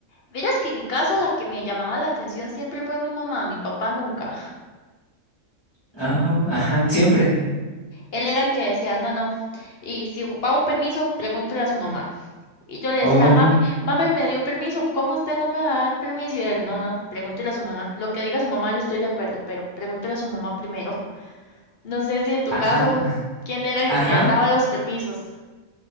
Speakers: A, on the left; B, on the left.
A: Verás que en mi caso la que me llamaba la atención siempre fue mi mamá, mi papá nunca. <laughs>
B: Ah, ajá, siempre.
A: Él era el que decía, no, no. Y si ocupaba un permiso, pregúntele a su mamá. Y yo le decía,
B: Oh,
A: mami, mami me dio permiso, ¿cómo usted no me va a dar permiso? Y él, no, no, pregúntele a su mamá. Lo que diga su mamá yo estoy de acuerdo, pero pregúntele a su mamá primero. <laughs> No sé si en tu
B: ah,
A: caso,
B: ah,
A: ¿quién era el
B: ajá.
A: que daba los permisos?